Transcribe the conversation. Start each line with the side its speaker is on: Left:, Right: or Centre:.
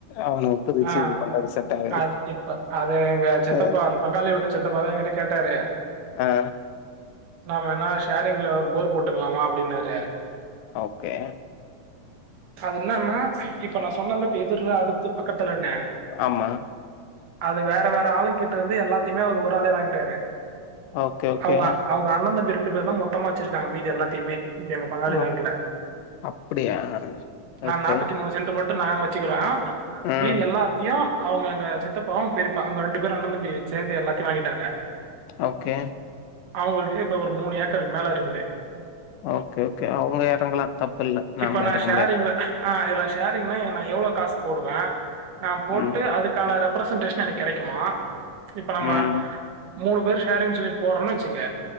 Left: அவனுங் பிரிச்சிக்கிட்டு
Right: ஆ
Left: அது செட் ஆகாது
Right: அது இப்ப அது எங்க சித்தப்பா
Left: அ
Right: அந்த பங்காளி வீட்டு சித்தப்பாதா எங்கிட்ட கேட்டாரு
Left: ஆ
Right: நாம வேனா ஷேரிங்ல ஒரு போர் போட்டுக்கலாமா அப்டின்னாரு
Left: ஓகே
Right: அது என்னன்னா இப்ப நா சொன்னன்ல இப்ப எதிர்ல அடுத்து பக்கத்துலன்னு
Left: ஆமா.
Right: அத வேற வேற ஆளுங்கிட்ட இருந்து எல்லாத்தையுமே அவர் ஒரு ஆளே வாங்கிட்டாரு
Left: ஓகே, ஓகே.
Right: அவங்க அவங்க அண்ணந்தம்பி ரெண்டு பேரு தா மொத்தமா வச்சிருக்காங்க மீதி எல்லாத்தையுமே இப்ப எங்க பங்காளி
Left: ஓ
Right: <unintelligible>
Left: அப்படியா?
Right: நா
Left: ஓகே.
Right: நாப்பத்தி மூணு சென்ட் மட்டு நாங்க வச்சுக்கிறோ
Left: ம்.
Right: மீதி எல்லாத்தியு அவங்க அங்க சித்தப்பா அவங்க பெரியப்பா அவங்க ரெண்டு பேரு அண்ண தம்பி சேர்ந்து எல்லாத்தையு வாங்கிட்டாங்க
Left: ஓகே
Right: அவங்கள்ட்ட இப்ப ஒரு மூணு ஏக்கருக்கு மேல இருக்குது
Left: ஓகே ஓகே அவங்க எறங்கலா தப்பில்ல நாம
Right: இப்ப நான்
Left: எறங்க
Right: ஷேரிங்ல
Left: முடியாது
Right: ஆ இதுல்ல ஷேரிங்னா நா எவ்ளோ காசு போடுவ நா போட்டு
Left: ம்
Right: அதுக் க்கான ரெப்ரசன்டேஷன் எனக்கு கிடைக்குமா இப்ப நம்ம
Left: ம்
Right: மூணு பேர் ஷேரிங் சொல்லி போடுறன்னு வச்சிக்க